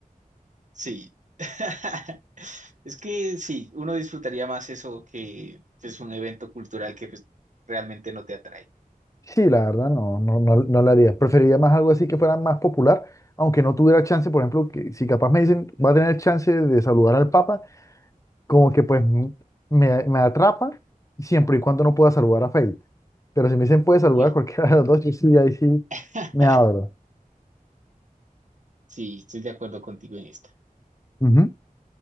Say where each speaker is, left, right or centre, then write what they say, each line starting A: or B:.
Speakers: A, on the right; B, on the left.
A: Sí. <laughs> Es que sí, uno disfrutaría más eso que es un evento cultural que pues, realmente no te atrae.
B: Sí, la verdad, no, no, no, no lo haría. Preferiría más algo así que fuera más popular, aunque no tuviera chance, por ejemplo, que si capaz me dicen, va a tener chance de saludar al Papa, como que pues m- me, me atrapa siempre y cuando no pueda saludar a Fate. Pero si me dicen puede
A: <laughs>
B: saludar a cualquiera de los dos, yo sí, ahí sí
A: <laughs>
B: me abro.
A: Sí, estoy de acuerdo contigo en esta.
B: Ujú.